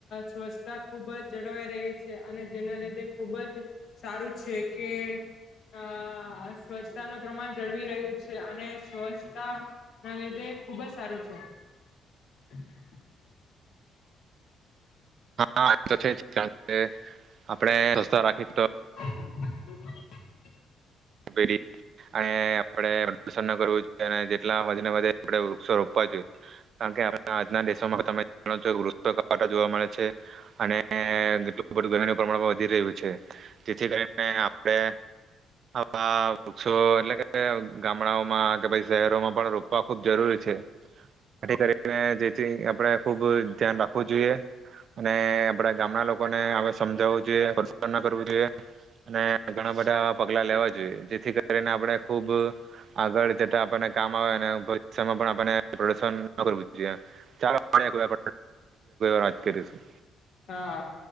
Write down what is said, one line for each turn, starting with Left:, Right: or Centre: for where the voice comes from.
Left: સ્વચ્છતા ખૂબ જ જળવાઈ રહી છે. અને જેના લીધે ખૂબ જ સારું છે કે આ સ્વચ્છતાનું પ્રમાણ જળવી રહ્યું છે. અને સ્વચ્છતા ના લીધે ખૂબ જ સારું છે. <inaudible>
Right: હા તો છે જ, કારણ આપણે સતા રાખી તો
Left: <inaudible>
Right: <unintelligible> અને આપણે <unintelligible> કરવું જોઈએ, અને જેટલા વધને વધે આપણે વૃક્ષો રોપવા જોઈએ. કારણ કે આજના દેશોમાં તમે જાો છો વૃક્ષો કતા જોવા મળે છે. અને એટલું ગરમીનું પ્રમાણ પણ વધી રહ્યું છે જેથી કરીને આપણે મા વૃક્ષો એટલે કે ગામડાઓમાં કે પછ શહેરોમાં પણ રોપવા ખુબ જરૂરી છે. <unintelligible> મે જેથી આપ આપડે ખુબ ધ્યાન રાખવું જોઈએ. અને આપડા ગામના લોકોને હવે સમજાવવું જોઈએ પ્રસન્ન કરવું જોઈએ, અને ઘણા બધા પગલા લેવાજ. જેથી કરીને આપણે ખુબ આગળ જતા આપણને કામ આવે ભવિષ્યમાં પણ આપોશન કર જોઈ <unintelligible> વાર કો વાત કરીશું.
Left: હા.